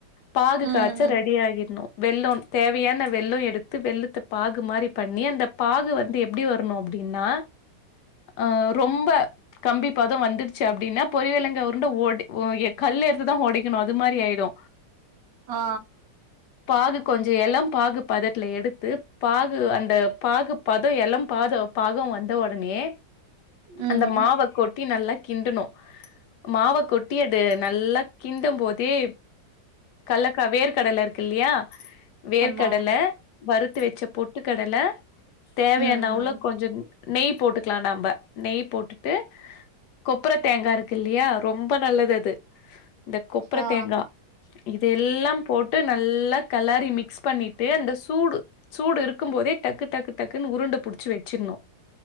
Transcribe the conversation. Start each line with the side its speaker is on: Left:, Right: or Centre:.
Left: பாகு
Right: ம்
Left: காச்ச
Right: ம்
Left: ரெடி ஆகிட்னு வெல்லோ தேவையான வெல்லொ எடுத்து வெல்லத்த பாகு மாரி பண்ணி அந்த பாகு வந்து எப்டி வர்னு அ ப்டின்னா ஆ ரொம்ப கம்பிப்பதொ வந்துடுச்சு அப்டின்னா பொரி வெளங்கா உருண்ட ஒட எ கல் எடுத்துதா ஓடைக்கனு அது மாரி ஆயிடு
Right: ஆ ஆ
Left: பாகு கொஞ்சொ எலம் பாகு பதத்ல எடுத்து பாகு அந்த பாகு பதோ எளம் பாதோ பதோ வந்த உடனே
Right: ம்
Left: அந்த
Right: ம்
Left: மாவ கொட்டி நல்லா கிண்டுணு மாவ கொட்டி அது நல்லா கிண்டம்போதே கல்லக்கா வேர்க்கடல இருக்கு இல்லியா வேர்க்கடல
Right: ஆமா
Left: வறுத்து வெச்ச பொட்டுக்கடல தேவையான
Right: ம்
Left: அவளோ
Right: ம்
Left: கொஞ்சோ நெய் போட்டுக்கலா நம்ப நெய் போட்டுட்டு கொப்பர தேங்கா இருக்கு இல்லியா ரொம்ப நல்லது அது இந்த கொப்பர
Right: ஆ
Left: தேங்கா இதெல்லா போட்டு நல்லா கலாரி மிக்ஸ் பண்ணிட்டு அந்த சூடு சூடு இருக்கும்போதே டக்கு டக்கு டக்குன்னு உருண்ட புடிச்சு வச்சிருணு